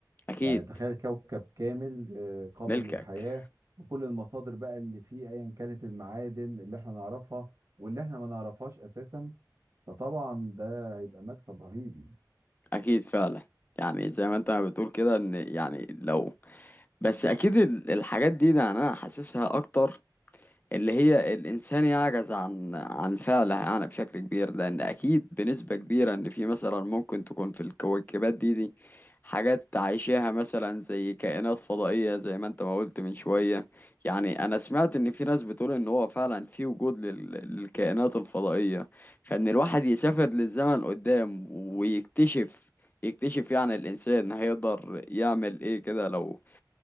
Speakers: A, on the left (about 25°); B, on the right (about 45°).
A: اكيد
B: يعني تخيل كوكب كامل آه، قابل
A: ملكك
B: للحياة بكل المصادر بقى اللي فيه ايا كانت المعادن اللي احنا نعرفها واللي احنا ما نعرفهاش اساسا فطبعا ده هيبقى مكسب رهيب يعني
A: اكيد فعلا يعني زي ما انت ما بتقول كده ان يعني لو بس اكيد ال- الحاجات دي ده انا حاسسها اكتر اللي هي الإنسان يعجز عن عن فعلها يعني بشكل كبير لأن أكيد بنسبة كبيرة إن في مثلا ممكن تكون في الكويكبات دي دي حاجات عايشاها مثلا زي كائنات فضائية زي ما أنت ما قلت من شوية يعني أنا سمعت إن في ناس بتقول إن هو فعلا في وجود لل- للكائنات الفضائية فإن الواحد يسافر للزمن قدام ويكتشف يكتشف يعني الإنسان هيقدر يعمل إيه كده لو